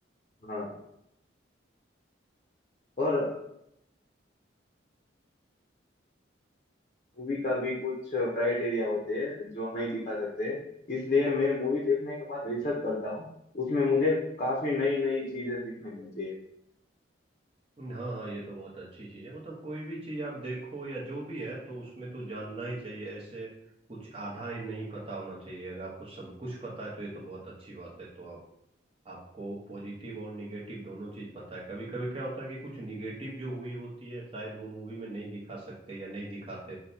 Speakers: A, on the left; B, on the right.
A: हाँ और मूवी का भी कुछ क्राइटेरिया होते हैं जो नहीं दिखा सकते इसलिए मैं मूवी देखने के बाद रिसर्च करता हूँ उसमें मुझे काफी नई नई चीजें सीखने मिलती है
B: हाँ हाँ ये तो बहुत अच्छी चीज है मतलब कोई भी चीज आप देखो या जो भी है तो उसमें तो जानना ही चाहिए ऐसे कुछ आधा ही नहीं पता होना चाहिए अगर आपको सब कुछ पता है तो ये तो बहुत अच्छी बात है तो आप आपको पॉजिटिव और निगेटिव दोनों चीज पता है कभी कभी क्या होता है कि कुछ निगेटिव जो हुई होती है शायद वो मूवी में नहीं दिखा सकते या नहीं दिखाते